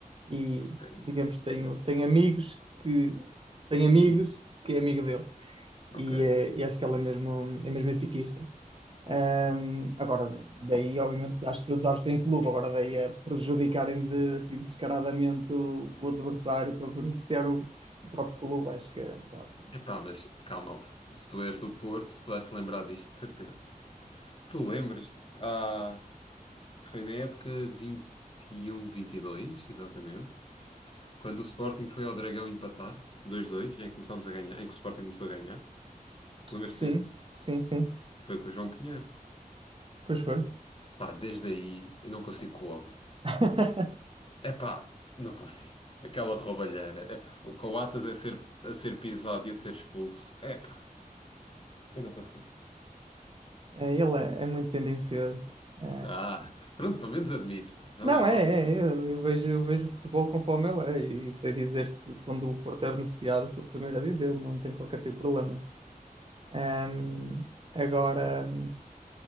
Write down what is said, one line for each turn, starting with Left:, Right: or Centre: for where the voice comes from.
Right: e,
Left: Ok,
Right: digamos, tenho, tenho amigos que tem amigos que é amigo dele
Left: ok.
Right: e, eh, e acho que ele é mesmo, é mesmo benfiquista. Ahm, agora, daí, obviamente, acho que todos os árbitros têm clube, agora daí a prejudicarem de, assim, descaradamente o, o adversário para beneficiar o, o próprio clube, acho que é um bocado.
Left: Epá, mas calma lá. Se tu és do Porto, tu vais-te lembrar disto, de certeza. Tu lembras-te? Ah, foi na época vinte vinte e um, vinte e dois, exatamente, quando o Sporting foi ao Dragão empatar, dois dois, em que começámos a ganhar, em que o Sporting começou a ganhar. Lembras-te
Right: Sim,
Left: desse?
Right: sim, sim.
Left: Foi com o João Pinheiro.
Right: Pois foi.
Left: Pá, desde aí eu não consigo com o homem.
Right: <laughs>
Left: Epá, não consigo. Aquela roubalheira. Epá, o Coatas a ser, a ser pisado e a ser expulso. Epá, eu não consigo.
Right: É, ele é, é muito tendencioso. É,
Left: Ah, pronto, pelo menos admites, pá, já
Right: Não,
Left: não é mau.
Right: é, é, eu, eu vejo, eu vejo o futebol conforme ele é, e sei dizer se quando o Porto é beneficiado, sou o primeiro a dizê-lo, não tem qualquer tipo de problema. Hum, agora,